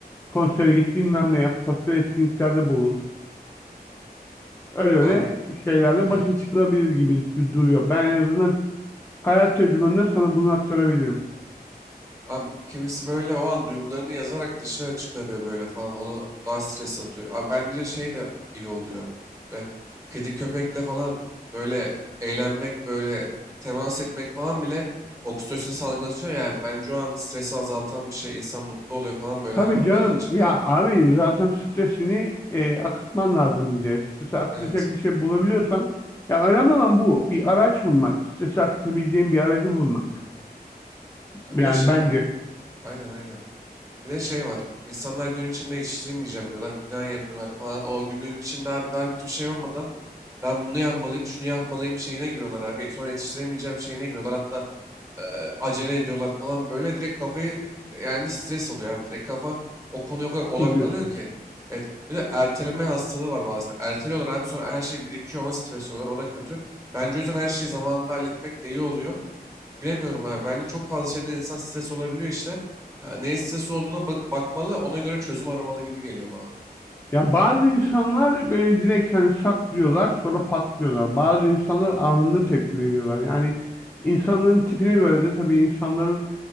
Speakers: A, on the left; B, on the right.
A: konsere git bilmem ne yap, sosyal etkinliklerde bulun. Öyle öyle
B: Abi.
A: şeylerle
B: Evet.
A: başa çıkılabilir gibi duruyor. Ben en azından hayat tecrübemle sana bunu aktarabilirim.
B: Abi kimisi böyle o an duygularını yazarak dışarı çıkarıyor böyle falan. Onu daha stres atıyor. Abi bence şey de iyi oluyor. Ve kedi köpekle falan böyle eğlenmek, böyle temas etmek falan bile oksitosin salgılatıyor yani. Bence o an stresi azaltan bir şey. İnsan mutlu oluyor falan böyle
A: Tabii
B: hayvanla
A: canım
B: eğlenince falan.
A: ya abicim zaten stresini e, akıtman lazım bir de. Stresi akıtacak
B: Evet.
A: bir şey bulabiliyorsan ya önemli olan bu. Bir araç bulmak. Stresi akıtabileceğin bir aracı bulmak.
B: Ha,
A: Yani
B: Bir de şey
A: bence
B: var. Aynen aynen. Bir de şey var. İnsanlar gün içinde yetiştiremeyeceğim diyorlar. Plan yapıyorlar falan. O günün içinde abi daha hiçbir şey olmadan ben bunu yapmalıyım, şunu yapmalıyım şeyine giriyorlar abi. Sonra yetiştiremeyeceğim şeyine giriyorlar. Hatta e, acele ediyorlar falan böyle. Direkt kafayı yani stres oluyor abi. Direkt kafa o konuya o kadar odaklanıyor
A: biliyorsun.
B: ki. Evet. Bir de erteleme hastalığı var bazen. Erteliyorlar abi sonra her şey birikiyor ona stres oluyorlar. O da kötü. Bence o yüzden her şeyi zamanında halletmek de iyi oluyor. Bilemiyorum abi. Bence çok fazla şeyden insan stres olabiliyor işte. Ya neye stres olduğuna bak bakmalı, ona göre çözüm aramalı gibi geliyor bana da.
A: Ya bazı insanlar böyle direkt hani saklıyorlar sonra patlıyorlar. Bazı insanlar anında tepki veriyorlar. Yani insanların tipine göre de tabii insanların